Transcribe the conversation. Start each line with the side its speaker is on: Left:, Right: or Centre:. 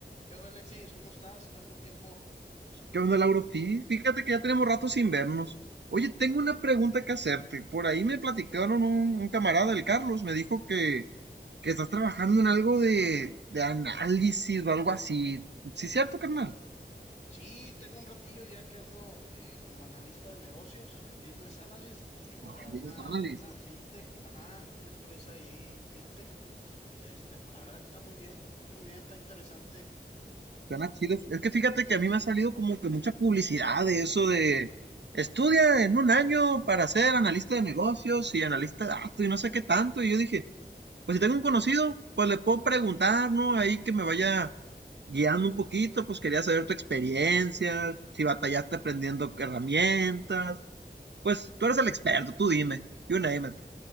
Left: ¿Qué onda, Alexis? ¿Cómo estás? Tanto tiempo.
Right: ¿Qué onda, Lauro? Sí, fíjate que ya tenemos rato sin vernos. Oye, tengo una pregunta que hacerte. Por ahí me platicaron un, un camarada, el Carlos, me dijo que, que estás trabajando en algo de, de análisis o algo así. ¿Sí es cierto, carnal?
Left: Sí, tengo un ratillo ya que ando eh, como analista de negocios, el business analyst, ahí para
Right: Ah, business
Left: una,
Right: analyst.
Left: una fintech, ajá, una empresa ahí fintech. Este, pues la verdad que está muy bien, está muy bien, está interesante.
Right: Suena chido. Es que fíjate que a mí me ha salido como que mucha publicidad de eso de estudia en un año para ser analista de negocios y analista de datos y no sé qué tanto. Y yo dije, Pues si tengo un conocido, pues le puedo preguntar, ¿no? Ahí que me vaya guiando un poquito, pues quería saber tu experiencia, si batallaste aprendiendo qué herramientas. Pues tú eres el experto, tú dime. You name it.